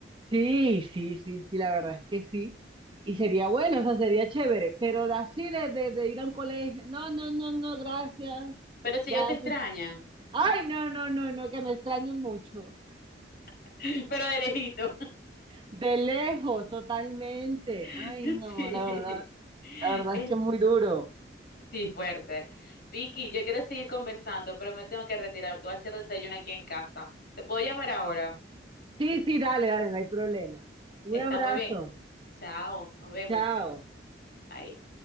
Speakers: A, on the right (about 25°); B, on the left (about 55°).
A: Sí, sí, sí, sí, la verdad es que sí. Y sería bueno,
B: Sí.
A: o sea, sería chévere, pero de así de, de, de ir a un colegio, no, no, no, no, gracias,
B: Pero si
A: gracias.
B: ellos te extrañan,
A: Ay, no, no, no, no, que me extrañen mucho.
B: <laughs> pero de lejito.
A: De lejos, totalmente.
B: <laughs>
A: Ay, no,
B: Sí.
A: la verdad, la verdad
B: Es-
A: es que es muy duro.
B: sí, fuerte. Vicky, yo quiero seguir conversando, pero me tengo que retirar porque voy a hacer desayuno aquí en casa. ¿Te puedo llamar ahora?
A: Sí, sí, dale, dale, no hay problema. Un
B: Está
A: abrazo.
B: muy bien. Chao, nos vemos.
A: Chao.
B: Ahí.